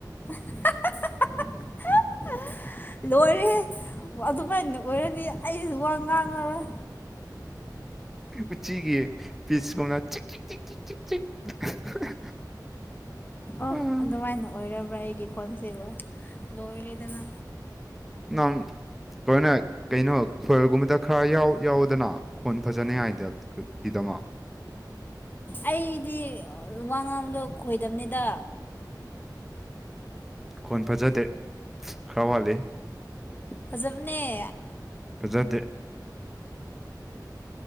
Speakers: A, on the left; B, in the centre.
A: <unintelligible> ꯂꯣꯏꯔꯦꯍ‌ꯦ ꯑꯗꯨꯃꯥꯏꯅ ꯑꯣꯏꯔꯗꯤ ꯑꯩꯁꯨ ꯋꯥ ꯉꯥꯡꯉꯔꯣꯏ
B: ꯎꯆꯤꯒꯤ ꯐꯤꯁꯀꯅ <unintelligible> <unintelligible>
A: ꯑꯣ
B: ꯑꯥ
A: ꯑꯗꯨꯃꯥꯏꯅ ꯑꯣꯏꯔꯕ꯭ꯔꯥ ꯑꯩꯒꯤ ꯀꯣꯟꯁꯦꯕ ꯂꯣꯏꯔꯦꯗꯅ
B: ꯅꯪ ꯂꯣꯏꯅꯥ ꯀꯩꯅꯣ ꯈꯣꯔꯒꯨꯝꯕꯗ ꯈꯔ ꯌꯥꯎꯏ ꯌꯥꯎꯗꯅ ꯈꯣꯟ ꯐꯖꯅꯤꯉꯏ ꯒꯤꯗꯃꯛ
A: ꯑꯩꯗꯤ ꯋꯥ ꯉꯥꯡꯗꯣ ꯈꯣꯏꯗꯝꯅꯤꯗ
B: ꯈꯣꯟ ꯐꯖꯗꯦ ꯈꯔ ꯋꯥꯠꯂꯤ
A: ꯐꯖꯕꯅꯦ
B: ꯐꯖꯗꯦ